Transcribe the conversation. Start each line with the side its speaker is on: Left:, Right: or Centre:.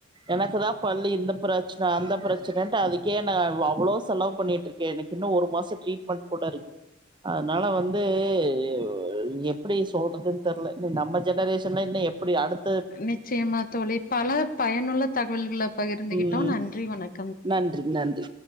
Right: எனக்கு தா பல்லு இந்த பிரச்சன அந்த பிரச்சனட்டு அதுக்கே என்ன அவ்ளோ செலவு பண்ணிட்டு இருக்கே எனக்கு இன்னு ஒரு மாசோ ட்ரீட்மெண்ட் கூட இருக்கு அதனால வந்து அ ஓ எப்டி சொல்றதுன்னு தெரில இனி நம்ம ஜெனரேஷன் இன்னுஇன்னு எப்டி அடுத்
Left: நிச்சயமா தோழி பல பயனுள்ள தகவல்கள பகிர்ந்துகிட்டோ
Right: ம்
Left: நன்றி வணக்
Right: நன்றி நன்றி